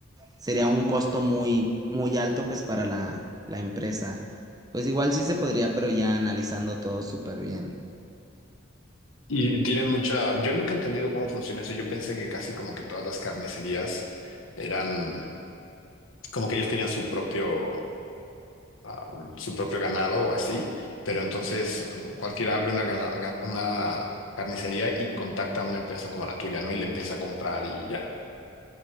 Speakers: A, on the right; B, on the left.
A: sería un costo muy, muy alto pues para la, la empresa. Pues igual sí se podría, pero ya analizando todo súper bien.
B: Y tienen mucha, yo nunca he entendido cómo funciona eso. Yo pensé que casi como que todas las carnicerías eran como que ellos tenían su propio, am, su propio ganado o así, pero entonces um, cualquiera abre una, gala- ga- una carnicería y contacta a una empresa como la tuya, ¿no? Y le empieza a comprar y ya.